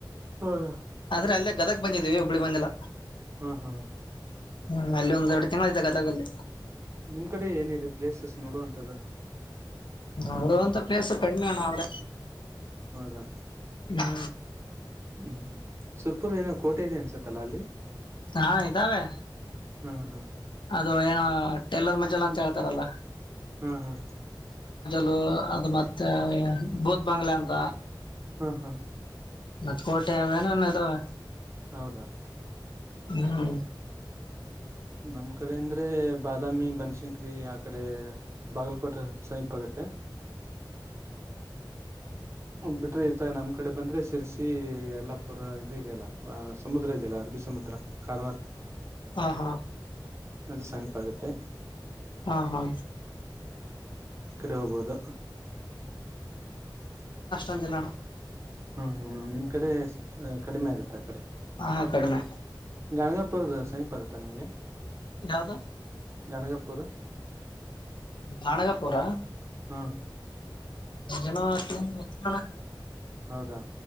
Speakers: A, on the right; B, on the left.
A: ಹಾ
B: ಆದ್ರೆ ಅಲ್ಲೇ ಗದಕ್ ಬಂದಿದೀವಿ ಬ್ಳಿ ಬಂದಿಲ್ಲ
A: ಹಾ ಹಾ
B: ಹ್ಮ್ ಅಲ್ಲಿ ಒಂದ ಎಡತತತಾಗಲ್ಲ
A: ನಿಮ್ ಕಡೆ ಏನಿದೆ ಪ್ಲೇಸಸ್ ನೋಡೋ ಅಂಥದ್ದು
B: ಅವರು ಅಂತ ಪ್ಲೇಸ್ ಕಡಿ್ಮೆ ಅಣ್ಣ ಅವ್ರ
A: ಹೌದಾ
B: ಹಾ
A: ಹ್ಮ್ ಸುರ್ಪುರ್ ಏನೋ ಕೋಟೆ ಇದೆ ಅನ್ಸತ್ತಲ್ಲ ಅಲ್ಲಿ
B: ಹಾ ಇದ್ದಾವೆ
A: ಹ್ಮ್ ಹ್ಮ್
B: ಅದು ಏನ ಟೇಲರ್ ಮಜೆಲ್ಲ ಅಂತ ಹೇಳ್ತಾರಲ್ಲ
A: ಹ್ಮ ಹಾ
B: ಲು ಅದು ಮತ್ತೆ ಭೂತ್ ಬಂಗ್ಲೆ ಅಂತ
A: ಹ್ಮ್ ಹ್ಮ್
B: ಮತ್ತ್ ಕೋಟೆ ಯಾವನನ್ ಇದಾವ
A: ಹೌದಾ
B: ಹ್ಮ್
A: ನಮ್ ಕಡೆ ಅಂದ್ರೆ ಬಾದಾಮಿ ಬನಶಂಕರಿ ಆ ಕಡೆ ಬಾಗಲ ಕೊಟ್ಟ ಸಮೀಪ ಆಗತ್ತೆ ಬಿಟ್ರೆ ಈತಾಗ ನಮ್ಮ್ ಕಡೆ ಬಂದ್ರೆ ಸಿರಸಿ ಅಲ್ಲಾಪುರ ಇದದು ಇದೆಯಲ್ಲ ಸಮುದ್ರ ಇದೆಯಲ್ಲ ಅರಬಿ ಸಮುದ್ರ ಕಾರವಾರ್
B: ಹಾ ಹಾ
A: ಅದು ಸಮೀಪ ಆಗತ್ತೆ
B: ಹಾ ಹಾ
A: ಕಡೆ ಹೋಗೋದು
B: ಂಜಲ
A: ಹ್ಮ್ ಹ್ಮ್ ನಿಮ್ ಕಡೆ ಕಡಿಮೆ ಆಗತ್ತೆ ಆ ಕಡೆ
B: ಹಾ ಕಡಿಮೆ
A: ಗ ಇಪ್ಪ ಸ ಪತಾ ನಿಮಗೆ
B: ಯಾವದ
A: ಗನಗಪೂರ್
B: ಕಾನಗಪೂರಾ
A: ಹ್ಮ್
B: ಹ ಮತ್ತಣ
A: ಹೌದಾ